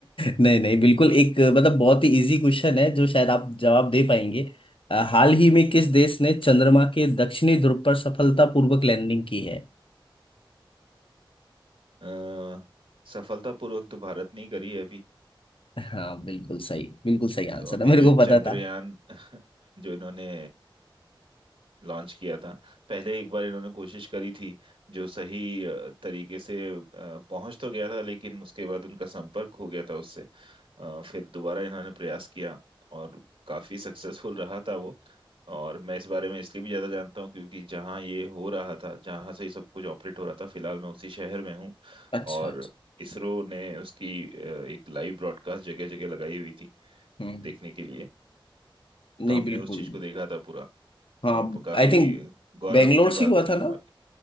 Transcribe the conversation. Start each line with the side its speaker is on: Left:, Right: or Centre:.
Left: नहीं नहीं बिल्कुल एक मतलब बहुत ही इजी क्वेश्चन है जो शायद आप जवाब दे पाएंगे अ, हाल ही में किस देश ने चंद्रमा के दक्षिणी ध्रुव पर सफलतापूर्वक लैंडिंग की है
Right: अ, सफलतापूर्वक तो भारत ने ही करी है अभी
Left: हाँ बिल्कुल सही बिल्कुल सही
Right: तो
Left: आंसर
Right: अभी
Left: है मेरे
Right: जो
Left: को पता
Right: चंद्रयान
Left: था
Right: <laughs> जो इन्होंने लॉन्च किया था पहले एक बार इन्होंने कोशिश करी थी जो सही अ, तरीके से अ, पहुंच तो गया था लेकिन उसके बाद उनका संपर्क हो गया था उससे अ, फिर दोबारा इन्होंने प्रयास किया और काफी सक्सेसफुल रहा था वो और मैं इस बारे में इसलिए भी ज्यादा जानता हूँ क्योंकि जहाँ ये हो रहा था जहाँ से ही सब कुछ ऑपरेट हो रहा था फिलहाल मैं उसी शहर में हूँ
Left: अच्छा
Right: और
Left: अच्छा
Right: इसरो ने उसकी अ, एक लाइव ब्रॉडकास्ट जगह जगह लगाई हुई थी
Left: हम्म
Right: देखने के लिए तो
Left: नहीं
Right: हमने
Left: बिल्कुल
Right: उस चीज को देखा था पूरा
Left: हाँ
Right: और प- काफी
Left: आई थिंक
Right: गौरव
Left: बेंगलोर
Right: की
Left: से
Right: बात
Left: हुआ
Right: थी
Left: था
Right: हमारे
Left: ना